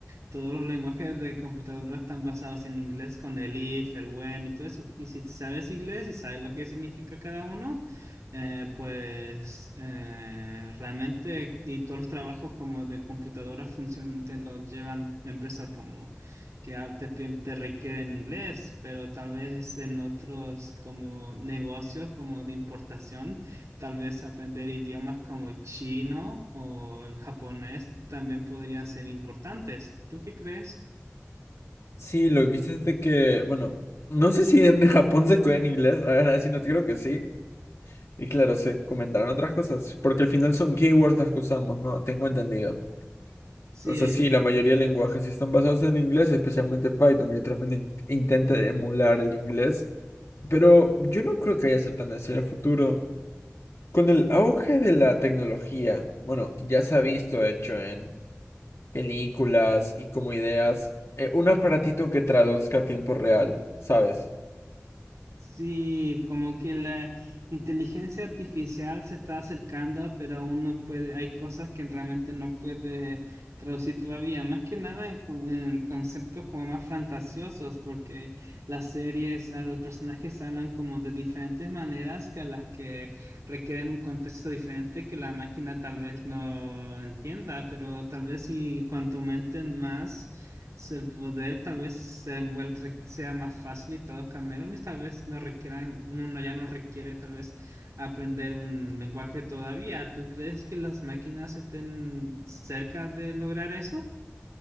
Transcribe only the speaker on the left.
Sí, lo que dices de que, bueno, no sé si en <laughs> Japón se escuela en inglés, ahora sí, no creo que sí. Y claro, se comentarán otras cosas, porque al final son keywords las que usamos, ¿no? Tengo entendido.
O sea, sí, la mayoría de lenguajes sí están basados en inglés, especialmente Python, que literalmente in- intenta emular el inglés. Pero yo no creo que vaya a ser tan necesario en el futuro. Con el auge de la tecnología, bueno, ya se ha visto, de hecho, en películas y como ideas, eh, un aparatito que traduzca a tiempo real, ¿sabes?